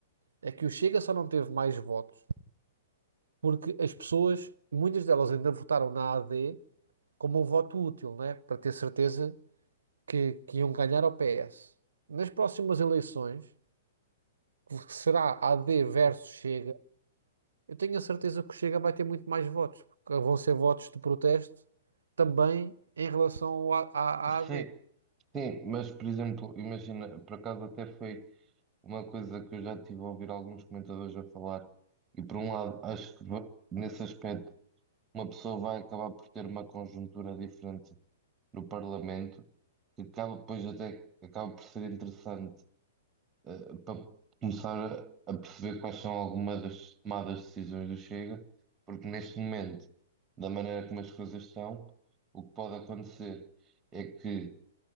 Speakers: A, on the right; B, on the right.
A: é que o Chega só não teve mais votos porque as pessoas, muitas delas ainda votaram na AD como um voto útil, né? Para ter certeza que, que iam ganhar ao PS. Nas próximas eleições, que será AD versus Chega Eu tenho a certeza que o Chega vai ter muito mais votos, porque vão ser votos de protesto também em relação ao A- à à AD.
B: Sim, Sim, mas por exemplo, imagina, por acaso até foi uma coisa que eu já tive a ouvir alguns comentadores a falar, e por um lado, acho que va- nesse aspecto uma pessoa vai acabar por ter uma conjuntura diferente no Parlamento, que acaba depois até acaba por ser interessante eh, para começar a, a perceber quais são algumas das tomadas de decisões do Chega, porque neste momento, da maneira como as coisas estão, o que pode acontecer é que